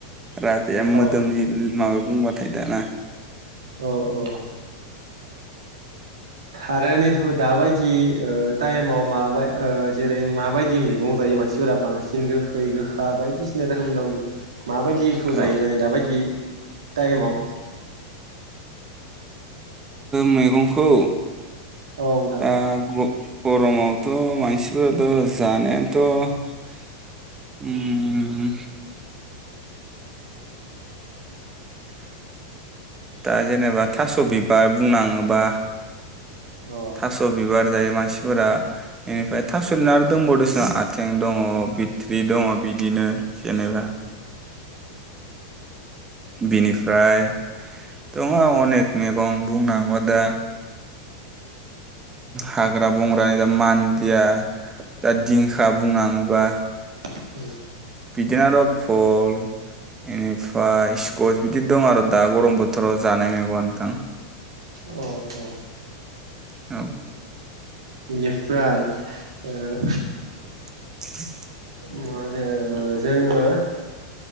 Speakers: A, on the right; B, on the right.
A: राज ए म मोदोमनि
B: औ
A: मा बुंबाथाय दाना
B: औ औ आरो नै दाबायदि टाइमाव मा जेरै माबायदि मैगं जायो मानसिफोरा बांसिन गोखै गोखा बायदिसिना रोखोम दं। माबायदिखौ
A: ओ
B: जायो माने दाबायदि टाइमाव
A: मैगंखौ
B: औ नोंथां
A: दा ग गरमावथ' मानसिफ्राथ' जानायाथ' होम दा जेनेबा थास' बिबार बुंनाङोबा
B: अ
A: थास' बिबार जायो मानसिफोरा बेनिफ्राय थास'लिनार दंबावोसो आथिं दङ बिथ्रि दङ बिदिनो जेनेबा बिनिफ्राय दङ अनेख मैगं बुंनाङोबा दा हाग्रा बंग्रानि दा मान्दिया दा दिंखा बुंनाङोबा
B: औ
A: बिदिनो आरो' फल इनिफ्राय स्किस बिदि दं आरो दा गरम बोथोराव जानाय मैगंआ नोंथां दा
B: औ औ
A: औ
B: बेनिफ्राय ओ
A: <inaudible>
B: माहोनो जोङो